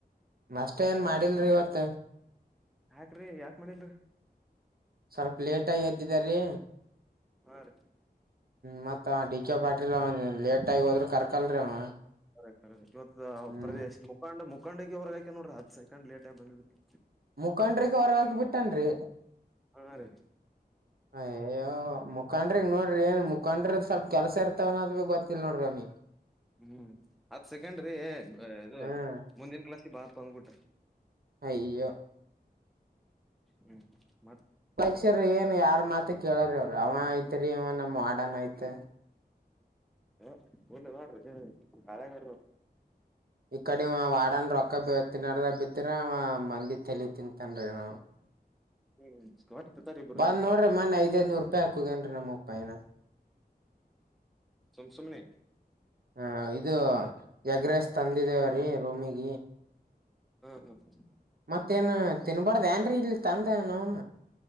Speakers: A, on the right; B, in the centre.
A: ಅಷ್ಟೇ ಏನ್ ಮಾಡಿಲ್ರಿ ಇವತ್ತ
B: ಯಾಕ್ರಿ ಯಾಕ್ ಮಾಡಿಲ್ರಿ
A: ಸ್ವಲ್ಪ ಲೇಟ್ ಆಯದ ಇದ ರೀ
B: ಹಾ ರೀ
A: ಮತ್ತತ್ ಡಿ ಕೆ ಪಾಟೀಲ್ ಅವನ್ ಲೇಟ್ ಆಗಿ ಹೋದ್ರರು ಕರ್ಕಲ್ರೀ ಅವ
B: ಅರೆ ಕಖರೆ ಇವತ್ತು
A: ಹ್ಮ್
B: ಪ್ರದೇಶ ಮುಖಾಂಡ ಮುಖಂಡ ಕಕೊಂಡೋಗಿ ಹೊರ್ಗಾಕ ನೋಡ್ರಿ ಹ ಸಕೊಂಡ್ ಲೇಟಗ ಬಿದಕ್ಕೆ
A: ಮುಖಂಡ್ರಿಗೆ ಹೊರಗಾಕ್ ಬಿಟ್ಟನ್ರಿ
B: ಹಾ ರೀ
A: ಹಯ ಮು ಮುಖ್ರಿ ನೋಡ್ರಿ ಏನ್ ಮುಖಂಡ್ರದ ಸ್ವಲ್ಪ ಕೆಲಸ ಇರ್ತವನೋದ್ ಭ ಗೊತ್ತಿಲ್ಲ ನೋಡ್ರಿ ಅವನಿ
B: ಹ್ಮ್ ಹತ್ ಸೆಕೆಂಡ್ರಿ ಇದು
A: ಹ್ಮ್
B: ಮುಂದಿನ ಕ್ಲಾಸಿಗೆ ಬಾತ್ ತಂದ್ಬಿಟ್ರ
A: ಅಯ್ಯೋ
B: ಹ್ಮ್ ಹ್ಮ
A: ಪಕ್ಷರ ಏನ್ ಯಾರ್ ಮಾತ ಕೇಳ್ರಿ ಅವರಿ ಅವ ಐತ್ರಿ ಇ ನ ಮಾಡನ್ ಐತ್
B: ಹ ಲ್ಲ ಬಾರ ಕಳಗಾರ
A: ಇಕಡೆ ವಾಡನ್ ರೊಕ್ಕ ತಿನ್ನಡದಾಗ ಬಿದ್ರೆ ಮಂದಿ ತಲಿ ತಿಂತನ್ ರೀ ನಾ
B: ಹ್ಮ್ ಸ್ಕಾಟ್ ಹತ್ತತಾರ ಇಬ್ರು
A: ಬಂದ್
B: ಏನ್
A: ನೋಡ್ರಿ ಮೊನ್ನೆ ಐದೈಐದನೂರು ಪ್ಪ ಹಾಕಗನ್ ನಮ್ಮಪ್ಪಾಯನ
B: ತುಮ ಸುಮನೆ
A: ಹ ಇದು ಎಗ್ರೆಸ್ ತಂದಿದೇವೀ ರೂಮಗ
B: ಹ್ಮ ಹ್ಮ
A: ಮತ್ತೇನ್ ತಿನ್ಬಾರ್ದ ಏನ್ ರಿ ಇಲ್ಲಿ ತಂದೆ ನೋಣ